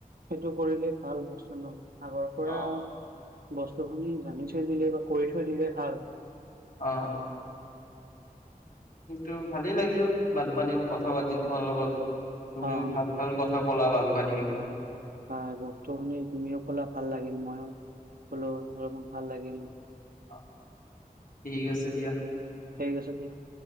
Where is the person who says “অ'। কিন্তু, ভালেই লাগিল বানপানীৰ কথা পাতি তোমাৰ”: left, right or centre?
Left